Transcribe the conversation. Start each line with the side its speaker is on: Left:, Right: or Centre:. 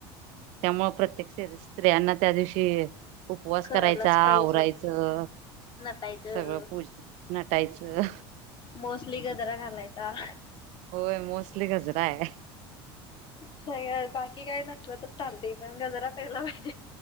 Right: त्यामुळे प्रत्येक स्त्रियांना त्या दिवशी उपवास
Left: करायलाच
Right: करायचा आवरायचं
Left: पाहिजे नटायचं
Right: सगळं पूजा नटायचं
Left: मोस्टली गजरा घालायचा.
Right: होय मोस्टली गजरा आहे.
Left: सगळ्या बाकी काय नसलं तर चालतय पण गजरा पहिला पाहिजे.